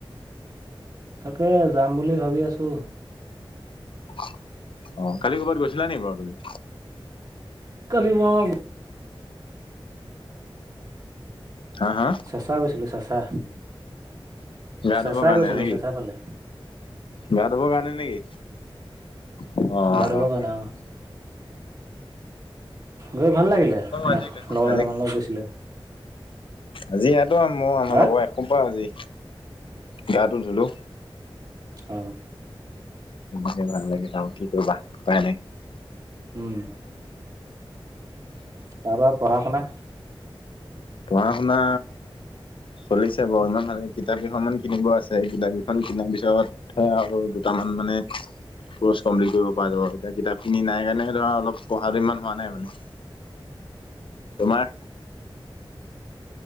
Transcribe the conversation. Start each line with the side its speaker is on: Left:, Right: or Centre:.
Right: তাকে যাম বুলি ভাবি আছো।
Left: আহ কালি কৰ'বাত গৈছিলা নে বাৰু তুমি?
Right: কালি মই
Left: হা হা
Right: চেঁচা গৈছিলো চেঁচা
Left: গা
Right: চেঁচা
Left: ধুবৰ কাৰণে
Right: গৈছিলো
Left: নেকি
Right: চেঁচা ফালে
Left: গা ধুবৰ কাৰণে নেকি অহ
Right: গা ধুবৰ কাৰণে অ', গৈ ভাল লাগিলে লগৰ
Left: আজি আজি
Right: কেইটামান লগত গৈছিলে
Left: আজি ইয়াতো মোৰ আমাৰ
Right: হা?
Left: লগৰ এসোপা আজি গা টো ধুলো
Right: হ
Left: তোমাকে ভাল লাগিছিল আও কি কৰিবা উপাই নাই
Right: উম তাপা পঢ়া শুনা
Left: পঢ়া শুনা চলিছে বাও ইমান ভালে কিতাপ কেইখনমান কিনিব আছে কিতাপ কেইখন কিনাৰ পিছত সে আও দুটামান মানে কৰ্চ কমপ্লিট কৰিব পৰা যাব এতিয়া কিতাপ খিনি নাই কাৰণে ধৰা অলপ পঢ়াটো ইমান হোৱা নাই মানে
Right: <inaudible>
Left: তোমাৰ